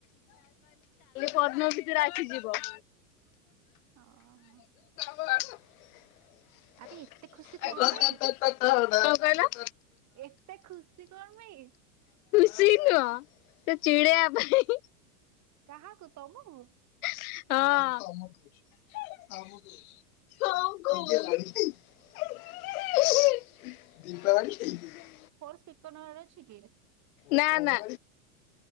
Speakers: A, on the left; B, on the right.
A: ପରଦିନ ଭିତରେ ଆସିଯିବ। <inaudible>
B: ହଁ।
A: <inaudible>
B: ଆରେ ଏତେ ଖୁସି କଣ ପାଇଁ
A: <inaudible>
B: ଏତେ ଖୁସି କଣ ପାଇଁ?
A: ସେ ନୁହଁ ସେ ଚିଡେଇବା ପାଇଁ
B: କାହାକୁ ତମକୁ?
A: ହଁ।
B: ତମେ
A: <inaudible>
B: ଫୋର୍ <unintelligible> ଅଛି କି?
A: ନା ନା।